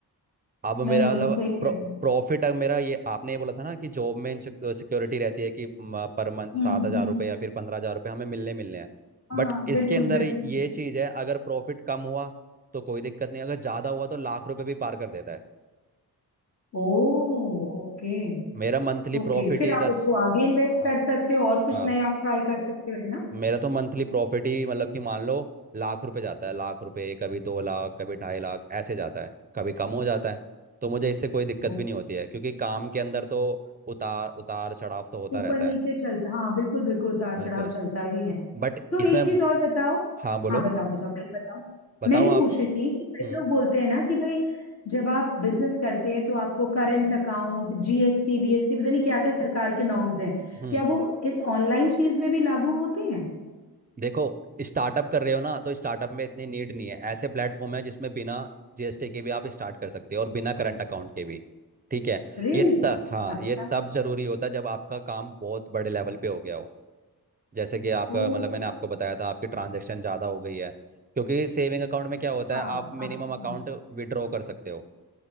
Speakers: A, on the right (about 20°); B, on the left (about 40°).
A: अब
B: नहीं
A: मेरा
B: नहीं
A: मतलब
B: सही कह रही हूँ
A: प्रॉफिट अब मेरा ये आपने ये बोला था ना कि जॉब में सिक्योरिटी रहती है कि म- पर मंथ सात
B: हम्म
A: हजार
B: हम्म
A: रुपये या फिर पंद्रह हजार रुपये हमें मिलने मिलने हैं
B: हाँ
A: बट
B: बिल्कुल
A: इसके अंदर
B: बिल्कुल
A: ये चीज़ है अगर प्रॉफिट कम हुआ तो कोई दिक्कत नहीं अगर ज़्यादा हुआ तो लाख रुपये भी पार कर देता है
B: ओ ओके
A: मेरा मंथली
B: ओके
A: प्रॉफिट
B: फिर
A: ही दस
B: आप उसको आगे इन्वेस्ट
A: हाँ
B: कर सकते हो और कुछ
A: हाँ
B: नया ट्राई कर सकते हो है ना
A: मेरा तो मंथली प्रॉफिट ही मतलब कि मान लो लाख रुपए जाता है लाख रुपए कभी दो लाख कभी ढाई लाख ऐसे जाता है कभी कम हो जाता है तो मुझे इससे कोई दिक्कत
B: ओ-
A: भी नहीं होती है क्योंकि काम के अंदर तो उतार उतार चढ़ाव तो होता
B: ऊपर
A: रहता
B: नीचे
A: है
B: चलता हाँ बिल्कुल बिल्कुल उतार चढ़ाव
A: बिल्कुल
B: चलता ही है
A: बट
B: तो एक
A: इसमें
B: चीज और बताओ
A: हाँ बोलो
B: हाँ बताओ बताओ पहले बताओ
A: बताओ
B: मैं ये
A: आप
B: पूछ रही थी कि कई
A: हम्म
B: लोग बोलते हैं ना कि भाई जब आप बिजनेस करते हैं तो आपको करंट अकाउंट जीएसटी वीएसटी पता नहीं क्या क्या सरकार के नॉर्म्स हैं
A: हम्म
B: क्या वो इस ऑनलाइन चीज में भी लागू होते हैं
A: देखो स्टार्टअप कर रहे हो ना तो स्टार्टअप में इतनी नीड नहीं है ऐसे प्लेटफॉर्म है जिसमें बिना जीएसटी के भी आप स्टार्ट कर सकते हो और बिना करंट अकाउंट के भी ठीक है
B: रियली
A: ये त, हाँ
B: अच्छा
A: ये तब जरूरी होता है जब आपका काम बहुत बड़े लेवल पे हो गया हो जैसे कि आपका
B: ओ
A: मतलब मैंने आपको बताया था आपकी ट्रांजैक्शन ज़्यादा हो गई है क्योंकि सेविंग अकाउंट में क्या होता
B: हाँ
A: है आप मिनिमम
B: अच्छा
A: अकाउंट विड्रॉ कर सकते हो